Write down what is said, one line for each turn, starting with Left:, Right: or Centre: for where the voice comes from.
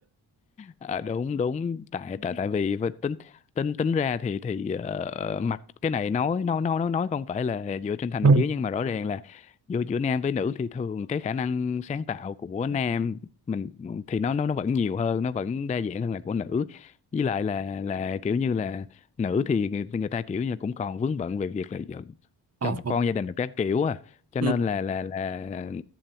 Left: Ờ, đúng đúng tại tại tại vì với tính tính tính ra thì thì ờ, mặt cái này nói nói nói nói nói không phải là dựa trên thành
Right: Ừ.
Left: kiến nhưng mà rõ ràng là giữa giữa nam với nữ thì thường cái khả năng sáng tạo của nam mình thì nó nó nó vẫn nhiều hơn nó vẫn đa dạng hơn là của nữ với lại là là kiểu như là nữ thì người, người ta kiểu như cũng còn vướng bận về việc là
Right: học
Left: chồng
Right: học
Left: con gia đình được các kiểu à cho
Right: ừ.
Left: nên là là là ừ,